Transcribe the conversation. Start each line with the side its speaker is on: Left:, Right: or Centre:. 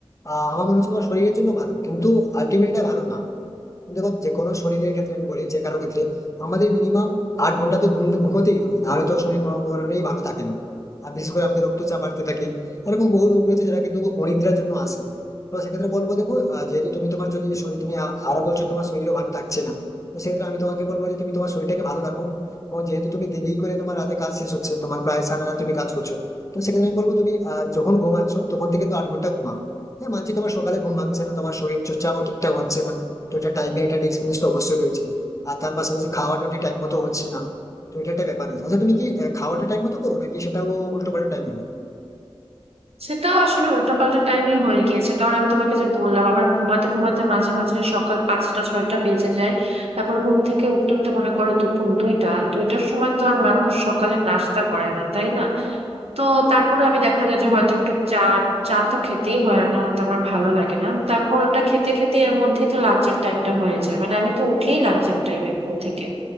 Left: আহ, আমার মনে হচ্ছে তোমার শরীরের জন্য ভালো কিন্তু আলটিমেটলি ভালো না দেখো যে কোনো শরীরের ক্ষেত্রে আমি বলি যে কারো ক্ষেত্রে আমাদের মিনিমাম আট ঘন্টা তো ঘুম ঘুমোতেই হবে নাহলে তো শরীর কোনো কারণেই ভালো থাকে না আর বিশেষ করে আমাদের রক্তচাপ বাড়তে থাকে এরকম বহু রোগ রয়েছে যেটা কিন্তু অনিদ্রার জন্য আসে তো সেক্ষেত্রে বলবো দেখো আহ, যেহেতু তুমি তোমার যদি শরীর তুমি আ- আরো বলছো তোমার শরীরও ভালো থাকছে না তো সেক্ষেত্রে আমি তোমাকে বলবো যে তুমি তোমার শরীরটাকে ভালো রাখো এবং যেহেতু তুমি দেরি করে তোমার রাতে কাজ শেষ হচ্ছে তোমার প্রায় সারা রাত তুমি কাজ করছো তো সেক্ষেত্রে আমি বলবো তুমি আহ, যখন ঘুমাচ্ছ তখন থেকে তো আট ঘন্টা ঘুমা হ্যাঁ মানছি তোমার সকালে ঘুম ভাঙছে না তোমার শরীর চর্চাও ঠিকঠাক হচ্ছে না তো এটা টাইমের একটা ডিসকানেক্ট অবশ্যই রয়েছে আর তার পাশাপাশি খাওয়াটা টাইম মতো হচ্ছে না তো এটা একটা ব্যাপার রয়েছে আচ্ছা তুমি কি আহ, খাওয়াটা টাইম মতো করো নাকি সেটাও উল্টো পাল্টা টাইম হবে
Right: সেটাও আসলে উল্টোপাল্টা টাইমে হয়ে গিয়েছে কারণ আমি তোমাকে যে বললাম আমার ঘুমাতে ঘুমাতে মাঝে মাঝে সকাল পাঁচটা ছয়টা বেজে যায় তারপর ঘুম থেকে উঠতে উঠতে মনে করো দুপুর দুইটা দুইটার সময় তো আর মানুষ সকালে নাস্তা করে না তাই না তো তারপরে আমি দেখা যায় যে হয়তো একটু চা চা তো খেতেই হয় না তো আমার ভালো লাগে না তারপর ওটা খেতে খেতে এর মধ্যেই তো লাঞ্চের টাইমটা হয়ে যায় মানে আমি তো উঠেই লাঞ্চের টাইমে ঘুম থেকে